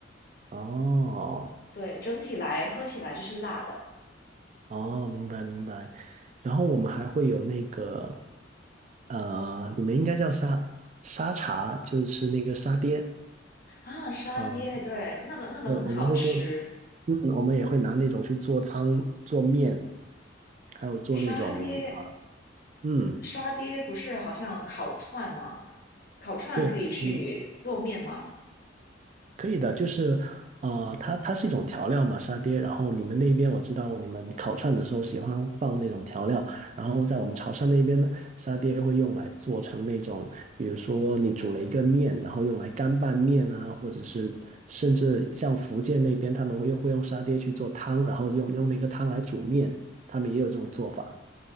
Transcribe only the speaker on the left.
对，整体来喝起来就是辣的
啊，沙爹，
对，那个那个很好吃，
沙爹
沙爹不是好像烤串吗？烤串可以去做面吗？